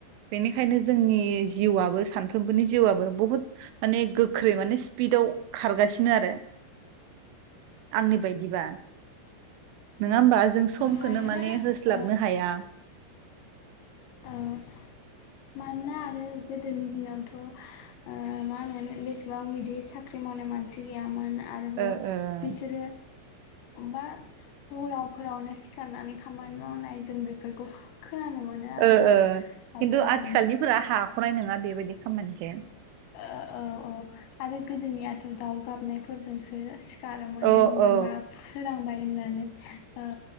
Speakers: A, on the right (about 80°); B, on the left (about 75°).
A: बेनिखायनो जोंनि जिउआबो सानफ्रोमबोनि जिउआबो बुहुत माने गोख्रै माने स्पिडआव खारगासिनो आरो। आंनि बायदिबा नोङा होमबा जों समखौनो
B: मानोना
A: मान माने होस्लाबनो
B: औ
A: हाया
B: औ
A: <unintelligible>
B: मानोना आरो गोदोनि दिनावथ' ओ मा होनो बेसेबां बिदि साख्रि मावनाय मानसि गैयामोन। आरोबाव
A: ओ ओ
B: बिसोरो बा हरावफोरावनो सिखारनानै खामानि मावनाय जों बेफोरखौ खोनानो मोनो आरोना
A: ओ ओ खिन्थु
B: आबै आबौ
A: आथिखालनिफोरा हाखनाय नङा बेबायदि खामानिखौ
B: ओ औ औ आरो गोदोनियाथ' दाव गाबनाय फोरजोंसो खारोमोन
A: औ औ
B: बा सोरांबाय होननानै ओ